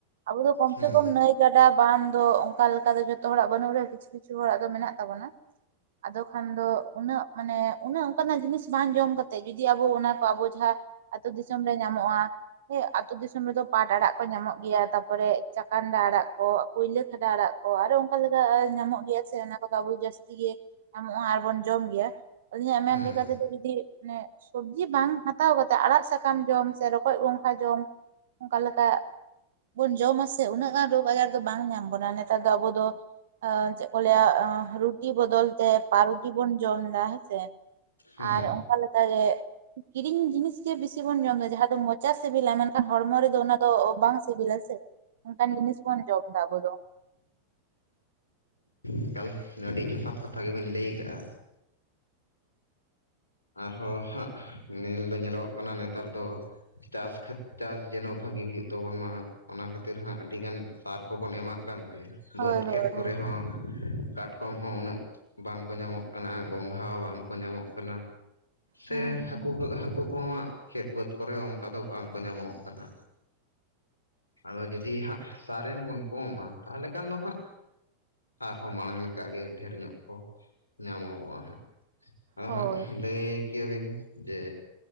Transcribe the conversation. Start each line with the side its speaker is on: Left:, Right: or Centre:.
Right: ᱟᱵᱚ ᱫᱚ ᱠᱚᱢ
Left: ᱦᱮᱸ
Right: ᱥᱮ ᱠᱚᱢ ᱱᱟᱹᱭ ᱜᱟᱰᱟ ᱵᱟᱱ ᱫᱚ ᱚᱱᱠᱟ ᱞᱮᱠᱟ ᱫᱚ ᱡᱚᱛᱚ ᱦᱚᱲᱟᱜ ᱵᱟᱹᱱᱩᱜ ᱨᱮᱦᱚᱸ ᱠᱤᱪᱷᱩ ᱠᱤᱪᱷᱩ ᱦᱚᱲᱟᱜ ᱫᱚ ᱢᱮᱱᱟᱜ ᱛᱟᱵᱚᱱᱟ᱾ ᱟᱫᱚ ᱠᱷᱟᱱ ᱫᱚ ᱩᱱᱟᱹᱜ ᱢᱟ. ᱱᱮ ᱩᱱᱟᱹᱜ ᱚᱱᱠᱟᱱᱟᱜ ᱡᱤᱱᱤᱥ ᱵᱟᱝ ᱡᱚᱢ ᱠᱟᱛᱮᱜ ᱡᱩᱫᱤ ᱟᱵᱚ ᱚᱱᱟ ᱠᱚ ᱟᱵᱚ ᱡᱷᱟ ᱟᱹᱛᱩ ᱫᱤᱥᱚᱢ ᱨᱮ ᱧᱟᱢᱚᱜᱼᱟ ᱦᱮᱸ ᱟᱸᱛᱚ ᱫᱤᱥᱚᱢ ᱨᱮᱫᱚ ᱯᱟᱴ ᱟᱲᱟᱜ ᱠᱚ ᱧᱟᱢᱚᱜ ᱜᱮᱭᱟ ᱛᱟᱯᱚᱨᱮ ᱪᱟᱠᱟᱱᱰᱟ ᱟᱲᱟᱜ ᱠᱚ ᱠᱩᱭᱞᱟᱹ ᱠᱷᱟ. ᱰᱟ ᱟᱲᱟᱜ ᱠᱚ ᱟᱨᱚ ᱚᱱᱠᱟ ᱞᱮᱠᱟ ᱧᱟᱢᱚᱜ ᱜᱮᱭᱟ ᱥᱮ ᱚᱱᱟ ᱠᱚᱫᱚ ᱟᱵᱚ ᱡᱟᱹᱥᱛᱤ ᱜᱮ ᱧᱟᱢᱚᱜᱼᱟ ᱟᱨᱵᱚᱱ ᱡᱚᱢ ᱜᱮᱭᱟ᱾ ᱟᱹᱞᱤᱧᱟᱜ
Left: ᱦᱮᱸ
Right: ᱢᱮᱱ ᱞᱮᱠᱟᱛᱮᱫᱚ
Left: ᱦᱮᱸ
Right: ᱡᱩᱫᱤ ᱢᱟᱱᱮ ᱥᱚᱵᱡᱤ ᱵᱟᱝ ᱦᱟ. ᱛ ᱛᱟᱣ ᱠᱟᱛᱮ ᱟᱲᱟᱜ ᱥᱟᱠᱟᱢ ᱡᱚᱢ ᱥᱮ ᱨᱚᱠᱚᱡ ᱜᱚ‍ᱸᱜᱷᱟ ᱡᱚᱢ ᱚᱱᱠᱟ ᱞᱮᱠᱟ ᱵᱚᱱ ᱡᱚᱢ ᱟᱥᱮ ᱩᱱᱟᱹᱜ ᱜᱟᱱ ᱨᱚᱜᱽ ᱟᱡᱟᱨ ᱫᱚ ᱵᱟᱝ ᱧᱟᱢ ᱵᱚᱱᱟ ᱱᱮᱛᱟᱨ ᱫᱚ ᱟᱵᱚ ᱫᱚ ᱮ ᱪᱮᱫ ᱠᱚ ᱞᱟᱹᱭᱟ ᱨᱩᱴᱤ ᱵᱚᱫᱚᱞ ᱛᱮ ᱯᱟᱨᱩᱴᱤ ᱵᱚᱱ ᱡᱚᱢ ᱮᱫᱟ ᱦᱮᱸᱥᱮ
Left: ᱦᱮᱸ
Right: ᱟᱨ ᱚᱱᱠᱟ ᱞᱮᱠᱟᱜᱮ ᱠᱤᱨᱤᱧ ᱡᱤᱱᱤᱥ ᱜᱮ ᱵᱤᱥᱤ ᱵᱚᱱ ᱡᱚᱢ ᱮᱫᱟ ᱡᱟᱦᱟᱸ ᱫᱚ ᱢᱚᱪᱟ ᱥᱮᱵᱮᱞᱟ ᱢᱮᱱ ᱠᱷᱟᱱ ᱦᱚᱲᱢᱚ ᱨᱮᱫᱚ ᱚᱱᱟ ᱫᱚ ᱵᱟᱝ ᱥᱤᱵᱤᱞᱟ ᱥᱮ ᱚᱱᱠᱟᱱ ᱡᱤᱱᱤᱥ ᱵᱚᱱ ᱡᱚᱢ ᱮᱫᱟ ᱟᱵᱚ ᱫᱚ᱾
Left: ᱮᱠᱟᱞ ᱟᱹᱰᱤ ᱡᱚᱛᱷᱟᱛ ᱠᱟᱛᱷᱟ ᱜᱮᱵᱤᱱ ᱞᱟᱹᱭ ᱠᱟᱜᱼᱟ᱾ ᱟᱨᱦᱚᱸ ᱦᱟᱸᱜ ᱱᱮᱞ ᱫᱚ ᱧᱮᱞᱚᱜ ᱚᱜ ᱠᱟᱱᱟ ᱱᱮᱛᱟᱨ ᱫᱚ ᱪᱟᱥ ᱠᱷᱟᱹᱛ ᱪᱟᱥ ᱡᱮᱱᱚ ᱵᱷᱟᱹᱜᱤ ᱦᱩᱭᱩᱜ ᱛᱟᱵᱚᱱ ᱢᱟ ᱚᱱᱟ ᱠᱷᱟᱹᱛᱤᱨ ᱦᱟᱸᱜ ᱟᱹᱰᱤ ᱜᱟᱱ ᱥᱟᱨ ᱠᱚᱵᱚᱱ ᱮᱢᱟᱜ ᱠᱟᱱ ᱵᱟᱹᱫᱽ
Right: ᱦᱳᱭ
Left: ᱠᱷᱮᱛ
Right: ᱦᱳᱭ
Left: ᱠᱚᱨᱮ
Right: ᱦᱳᱭ
Left: ᱦᱚᱸ ᱠᱟᱴᱠᱚᱢ ᱠᱚᱢ ᱦᱚᱸ ᱩᱱᱟᱹᱜ ᱵᱟᱝ ᱠᱚ ᱧᱟᱢᱚᱜ ᱠᱟᱱᱟ ᱜᱚᱸᱜᱷᱟ ᱦᱚᱸ ᱵᱟᱝ ᱠᱚ ᱧᱟᱢᱚᱜ ᱠᱟᱱᱟ ᱥᱮ
Right: ᱦᱩᱸ ᱦᱩᱸ
Left: ᱦᱟᱹᱠᱩ ᱠᱚ ᱦᱟᱹᱠᱩ ᱠᱚᱦᱚᱸ ᱦᱟᱹᱜ ᱠᱷᱮᱛ ᱵᱟᱹᱫᱽ ᱠᱚᱨᱮ ᱦᱚᱸ ᱚᱱᱠᱟ ᱫᱚ ᱵᱟᱝ ᱠᱚ ᱧᱟᱢᱚᱜᱚᱜ ᱠᱟᱱᱟ ᱟᱫᱚ ᱡᱩᱫᱤ ᱦᱟᱸᱜ ᱥᱟᱨ ᱮᱢ ᱵᱚᱱ ᱠᱚᱢᱟ ᱛᱟᱦᱚᱞᱮ ᱠᱷᱟᱱ ᱫᱚ ᱦᱟᱸᱜ ᱟᱨᱦᱚᱸ ᱢᱟᱲᱟᱝ ᱞᱮᱠᱟ ᱜᱮ ᱰᱷᱮᱨ ᱧᱚᱜ ᱠᱚ ᱧᱟᱢᱚᱜᱚᱜᱼᱟ ᱦᱟᱸᱜ ᱟᱫᱚ
Right: ᱦᱳᱭ
Left: ᱦᱟᱸᱜ ᱞᱟᱹᱭ ᱠᱮᱭᱟ ᱵᱤᱱ ᱡᱮ